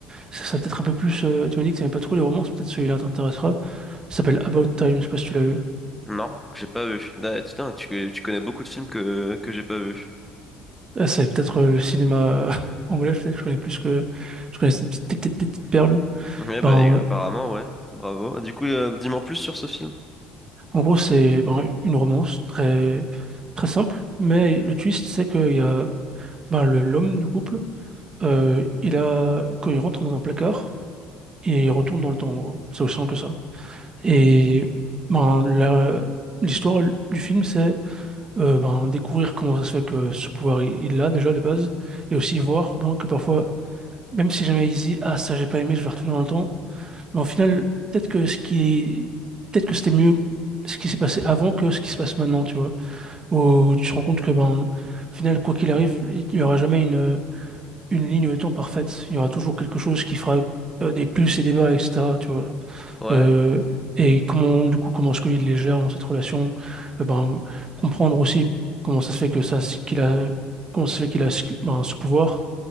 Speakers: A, on the right; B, in the centre.
A: ça, ça peut-être un peu plus, euh, tu m'as dit que t'aimais pas trop les romances, peut-être celui-là t'intéressera. Il s'appelle About Time, je sais pas si tu l'as vu.
B: Non, j'ai pas vu. Ah, Putain, tu, tu connais beaucoup de films que, que j'ai pas vu.
A: Ah, c'est peut-être euh, le cinéma euh, <laughs> anglais, peut-être que je connais plus que, je connais ces petites, petites petites perles.
B: Ouais, bah
A: Ben,
B: apparemment, ouais. Bravo. Du coup, euh, dis-moi en plus sur ce film.
A: En gros, c'est ben, une romance très, très simple, mais le twist, c'est qu'il y a ben, le- l'homme du couple, euh, il a, quand il rentre dans un placard, il retourne dans le temps, en gros. C'est aussi simple que ça. Et ben, la- l'histoire du film, c'est euh, ben, découvrir comment ça se fait que ce pouvoir, il il l'a déjà de base, et aussi voir ben, que parfois, même si jamais il se dit, ah, ça, j'ai pas aimé, je vais retourner dans le temps, mais au final, peut-être que ce qui est- peut-être que c'était mieux ce qui s'est passé avant que ce qui se passe maintenant, tu vois. où tu te rends compte que ben au final quoi qu'il arrive il n'y aura jamais une une ligne de temps parfaite il y aura toujours quelque chose qui fera euh, des plus et des bas etc tu vois
B: Ouais.
A: Euh, et comment du coup comment est-ce qu'il les gère dans cette relation Euh, ben comprendre aussi comment ça se fait que ça ce qu'il a comment ça se fait qu'il a ce, ben, ce pouvoir